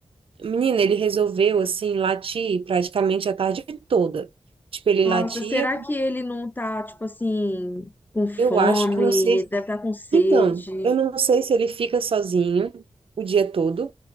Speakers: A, on the right; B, on the left.
A: Menina, ele resolveu, assim, latir praticamente a tarde toda. Tipo, ele
B: Nossa,
A: latia.
B: será que ele não tá, tipo assim, com fome?
A: Eu acho, eu não sei.
B: Ele deve estar com sede.
A: Então, eu não sei se ele fica sozinho o dia todo.